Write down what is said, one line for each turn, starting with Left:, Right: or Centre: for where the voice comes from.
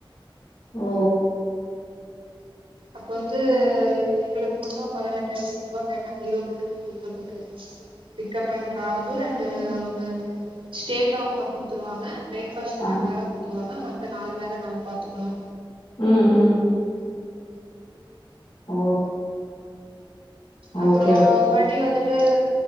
Left: ஓ
Right: அப்ப வந்து எங்களுக்கு மட்டு பதினெட்டாயிரத்தி ஐநூறுருவா கேட்டாங்க ஈரோட்ல இருந்து பிக்கப்புக்கு பிக்கப் அண்ட் டிராப் அவங்க ஸ்டேக் அவுங்க குடுத்துருவாங்க பிரேக்ஃபாஸ்ட்
Left: ஆ
Right: ரெண்டு வேலே கொடுத்துருவாங்க மத்த நாலு வேலே நம்ம பாத்துக்கணு
Left: ம் ம் ஓ
Right: அப்றோ
Left: ஓகே ஓகே
Right: ஒருமாட்டி வந்துட்டு